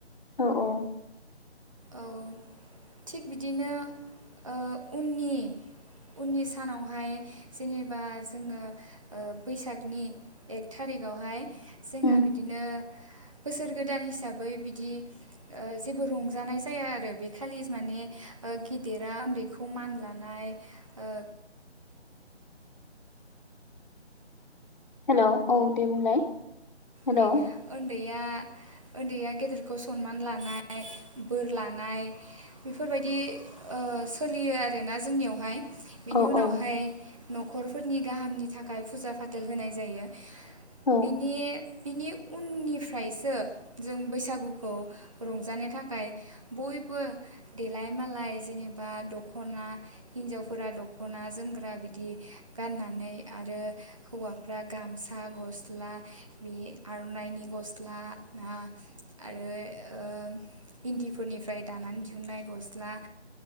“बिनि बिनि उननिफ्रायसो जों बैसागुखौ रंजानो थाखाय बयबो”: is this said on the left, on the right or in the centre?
Right